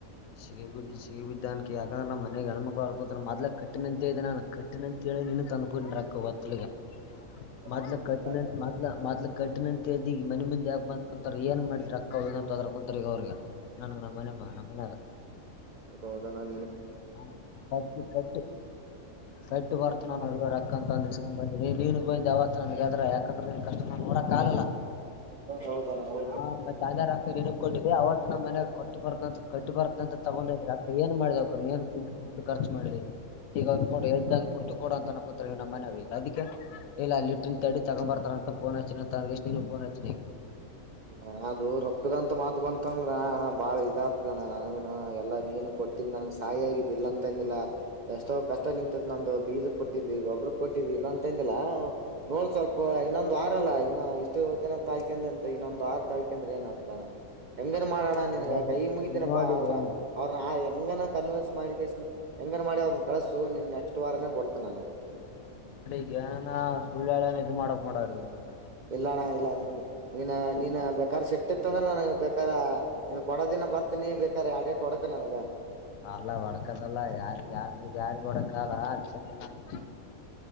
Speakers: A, on the left; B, on the right.
A: ಸಿಗಿ ಬಿದ್ದಿ ಸಿಗಿ ಬಿದ್ದ ಅನ್ಕ ಯಾಕಂದ್ರ ನಮ್ಮ ಮನ್ಯಾಗ ಹೆಣ್ಮಕ್ಕಳ ಹರ್ಕೋತ್ತಾರ್ ಮೊದಲ ಕಟ್ಟೆನಂತ ಹೇಳಿದ್ದ ನಾನ ಕೆಟ್ಟೆನಂತ್ ಹೇಳಿ ನಿನಗ ತಂದ್ಕೊಂಡ ರಕ್ಕ ಗೊತ್ತಿಲಿಗ
B: ಹೌದೌದಣ
A: ಮದ್ಲ ಕಟ್ಟಿನಂತ್
B: ಇಲ್ಲ
A: ಮದ್ಲ ಮದ್ಲ ಕಟ್ಟಿನಂತ ಹೇಳಿದ್ದಿ ಈಗ ಮನಿ ಮುಂದ ಯಾಕ ಬಂದ ಕುಂತಾರ್ ಏನ್ ಮಾಡಿದ ರಕ್ಕ ಅವ ಅಂತ ಒದರ್ಕೊಂತಾರ ಈಗ ಅವ್ರಿಗ್ ನನಗ್ ನಮ್ಮ ಮನ್ಯಾಗ <unintelligible> ಮನ್ಯಾಗ.
B: ಹೌದ ಹೌದಾ ನ
A: ಹ ಕಟ್ಟ ಕಟ್ಟ ಕಟ್ಟ ಬತತ್ ನಾನನ್ ಅವಗ ರಕ್ಕಂತಂದಿಸ್ಕೊಂಡ ಬಂದ ನೀನ್ ಬಂದ ಅವವತ್ ನನ್ಗ್ರ ಯಾಕ ನ್ ಕಷ್ಟ ನಾನ ನೋಡಕ್ಾಲಲ್ಲ
B: ಹೌದಾ ಹೌ
A: ಹಾ ಮತ್ತೆಜ ಅಕ್ಕ ಏ ಕೊಟ್ಟಿದ್ದಿ ಅವತ್ ನಮ್ಮ ಮನೆಯಗ್ ಕೊಟ್ಟ ಬರ್ಂತ ಕಟ್ಟಿ ಬರ್ತ ಅಂತ ತಗೊಂಡ ಇದ್ರ ಅಕ್ಕ ಏನ್ ಮಾಡಿದ ಏನ್ ತಿಂದ ಉಂಡ ಖರ್ಚು ಮಾಡಿ ಈಗ ಕೊಡ್ತು ಕೊಡ ಅಂತ ಅಕೋತಾರೆ ನಮ್ಮ ಮನ ಈ ಅದಕ್ಕೆ ಇಲ್ಲ ಅಲ್ಲಿ ಇಟ್ಟ ತಡಿ ತಗೊಂಡೊಂಬರ್ತಾರ ಮತ್ತೋಚ ತಂದ ನೀನುಫೋಚನಿ
B: ಇಲ್ಲ ಅದು ರೊಕ್ಕದಂತ ಮಾತ ಬಂತಂದ್ರ ಅಣ್ಣ ಬಾಳ ಇದಾಗಗ್ತದಣ್ಣ ನನ ಎಲ್ಲಾ ನೀನು ಕೊ ಕೊಟ್ಟಿದ್ದ್ ನನ್ಗೆ ಸಾಯಿ ಆಗಿದ ಇಲ್ಲ ಅಂತ ಅಂದಿಲ್ಲ ಎಷ್ಟೋ ಕಷ್ಟ ನಿಂತತ್ ನಂದು ಬೀಜ ಕೊಟ್ಟಿದ್ದಿ ಒಬ್ಬ್ರ ಕೊಟ್ಟಿದ ಇಲ್ಲ ಅಂತಂದಿಲ್ಲ ನೋಡ್ ಸ್ವಲ್ಪ ಇನ್ನೊಂದು ವಾರಲ್ಲ ಇನ್ನ ಇಷ್ಟು ದಿನ ತಾಯಕ ಮತ್ತ ಇನ್ನೊಂದುರು ತಾರೀಕ ಅಂದ್ರ ಏನ್ ಆತದಣ ಹೆಂಗನ್ ಮಾಡೋಣ ನಿನ್ಗ
A: ಈಗ ಅದು
B: ಕೈ ಮುಗಿತನಪ್ಪಾ
A: ಈಗ ನೋಡಿ
B: ಆದ್ರ
A: ಈಗ ಒಂದ್
B: ಅವ್ರನ ಕನ್ನ್ಸ್ ಮಾಡ ಹೆಂಗನ್ ಮಾಡಿ ಅವ್ರನ ಕಳಸು ನಿನ್ ನೆಕ್ಸ್ಟ್ ವಾರಾನೇ ಕೊಡ್ತ ನಾನುನಗೆ
A: ಏನನ ಸುಳ್ಳಳನ ಇದ್ ಮಾಡಕ್ ಮಾಡವ್ರಿಗೆಗ ನಾನ
B: ಇಲ್ಲಣ್ಣ ಇಲ್ಲ ನೀನ್ ನೀ ನೀನ್ ಬೇಕಾರ್ ಸಿಟ್ಟಿತ್ತ ಅಂದ್ರೆ ನನಗ್ ಬೇಕ ಇನ್ ಕೊಡದಿನ ಬರ್ತಿನಿ ಬೇಕ ಯಡ ನನಗೆ
A: ಅಲ್ಲ ಒಡಕದಲ್ಲ ಯಾರಿಗೆ ಯಾರ ಯಾರಿಗೆಗ ಕೊಡ ಕಾಲ ಅದು ಚಂದಲ್ಲ <inaudible>